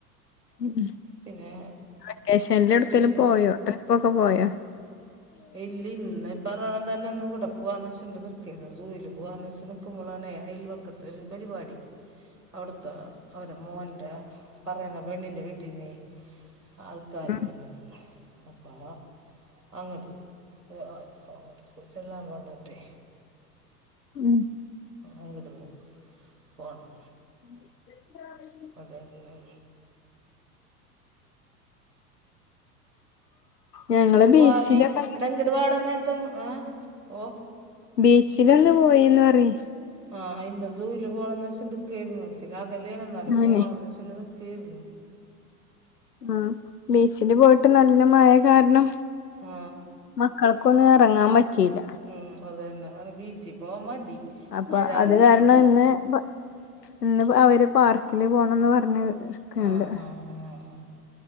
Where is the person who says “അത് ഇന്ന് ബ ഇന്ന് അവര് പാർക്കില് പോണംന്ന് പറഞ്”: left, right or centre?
Left